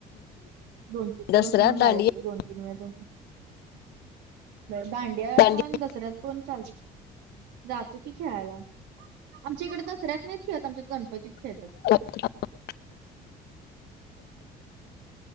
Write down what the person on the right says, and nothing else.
दोन तीन
दिवस मग
जायच दोन तीन वेळा, दांड्या
पण दसऱ्यात पण चाल जातो की खेळायला आमच्या इकडे दसऱ्यात नाहीत खेळत आमच्या हित गणपतीत खेळतात.